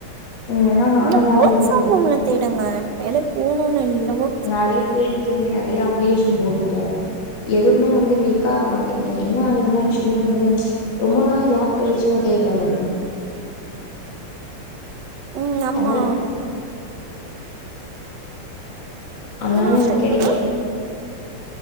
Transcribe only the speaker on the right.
இல்ல
ஒர்க்
ஃப்ரம் ஹோம்ல தேடுங்க வேலைக்கு போணுனு எவ்ளவோ
ம் ஆமா
எத்தன வருஷோ
கேப்பு